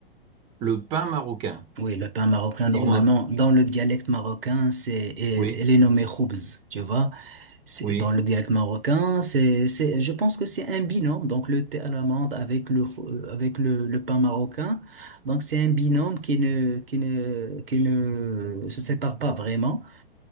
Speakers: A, on the right; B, on the right.
A: Le pain marocain.
B: Oui, le pain marocain,
A: Dis-moi.
B: normalement, dans le dialecte marocain, c'est, et-
A: Oui,
B: elle est nommée khoubz, tu vois. C'est,
A: oui.
B: dans le dialecte marocain, c'est, c'est, je pense que c'est un binôme, donc le thé à l'amande avec le, khou- euh, avec le, le pain marocain. Donc, c'est un binôme qui ne, qui ne, qui ne se sépare pas vraiment.